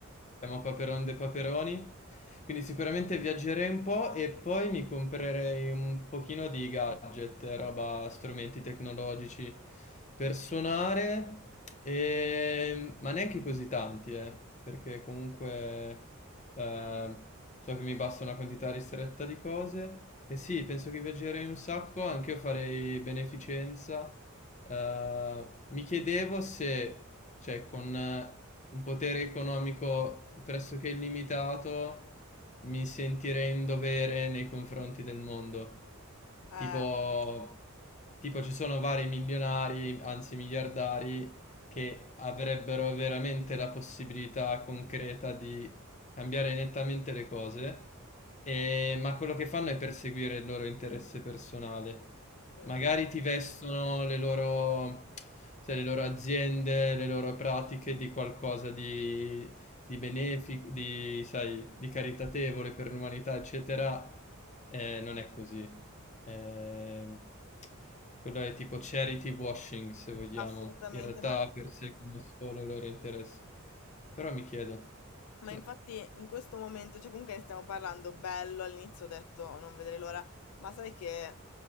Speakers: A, on the left; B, on the left.
A: siamo Paperon de Paperoni. Quindi sicuramente viaggerei un po' e poi mi comprerei un pochino di gadget, roba, strumenti tecnologici per suonare, e- ma neanche così tanti, eh, perché comunque eh, so che mi basta una quantità ristretta di cose. E sì, penso che viaggerei un sacco, anche io farei beneficenza. Eh, mi chiedevo se, cioè, con un potere economico pressoché illimitato, mi sentirei in dovere nei confronti del mondo.
B: Eh,
A: Tipo, tipo ci sono vari milionari, anzi miliardari, che avrebbero veramente la possibilità concreta di cambiare nettamente le cose, e- ma quello che fanno è perseguire il loro interesse personale.
B: sì.
A: Magari ti vestono le loro, sai, le loro aziende, le loro pratiche di qualcosa di, di benefico, di, sai, di caritatevole per l'umanità, eccetera. Eh, non è così. Eh, quello è tipo charity washing, se vogliamo.
B: Assolutamente,
A: In realtà
B: ma,
A: perseguono solo i loro interessi. Però mi chiedo.
B: ma
A: Sì.
B: infatti in questo momento, cioè comunque ne stiamo parlando bello, all'inizio ho detto "Oh, non vedrei l'ora, ma sai che,